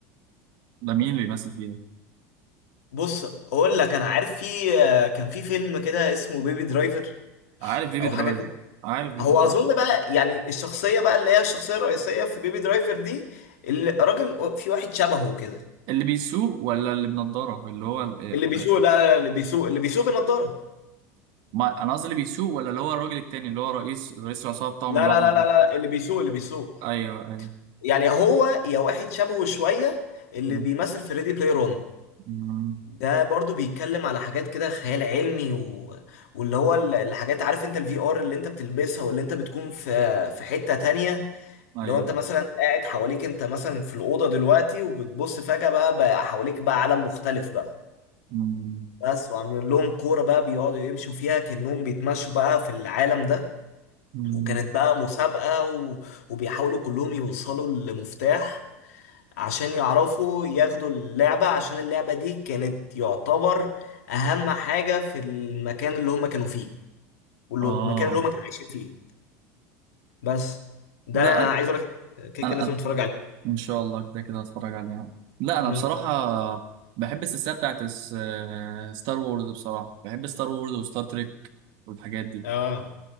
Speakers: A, on the right; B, on the left.
A: ده مين اللي بيمثل فيه ده؟
B: بص اقول لك انا عارف في كان في فيلم كده اسمه بيبي درايفر
A: عارف بيبي
B: او
A: درايفر
B: حاجه كده
A: عارف بيبي
B: هو
A: درايفر
B: اظن بقى يعني الشخصيه بقى اللي هي الشخصيه الرئيسيه في بيبي درايفر دي الراجل في واحد شبهه كده
A: اللي بيسوق ولا اللي بنضاره اللي هو ال- إيه،
B: اللي بيسوق لا لا لا، اللي بيسوق اللي بيسوق بنضاره
A: ما انا قصدي اللي بيسوق ولا اللي هو الراجل التاني اللي هو رئيس رئيس العصابه بتاعهم
B: لا
A: اللي
B: لا
A: هو بنضاره
B: لا لا لا اللي بيسوق اللي بيسوق
A: ايوه ايوه
B: يعني هو يا واحد شبهه شويه اللي
A: مم.
B: بيمثل في ريدي بلاي رون
A: مم.
B: ده برضو بيتكلم على حاجات كده خيال علمي و... واللي هو ال- الحاجات عارف انت الفي ار اللي انت بتلبسها واللي انت بتكون في في حتة تانية
A: ايوه
B: لو انت مثلا قاعد حواليك انت مثلا في الاوضه دلوقتي وبتبص فجاه بقى, بقى حواليك بقى عالم مختلف بقى
A: مم.
B: بس وعاملين لهم كوره بقى بيقعدوا يمشوا فيها كانهم بيتمشوا بقى في العالم ده
A: مم.
B: وكانت بقى مسابقه و... وبيحاولوا كلهم يوصلوا لمفتاح عشان يعرفوا ياخدوا اللعبه عشان اللعبه دي كانت يعتبر اهم حاجه في المكان اللي هم كانوا فيه والمكان
A: اه
B: اللي هم كانوا عايشين فيه بس ده
A: لا
B: انا عايز اقول لك كده
A: انا
B: كده لازم
A: انا
B: تتفرج عليه
A: ان شاء الله كده كده هتفرج عليها لا انا
B: مم.
A: بصراحه بحب السلسله بتاعت س- ستار وورز بصراحه بحب ستار وورز وستار تريك والحاجات دي
B: اه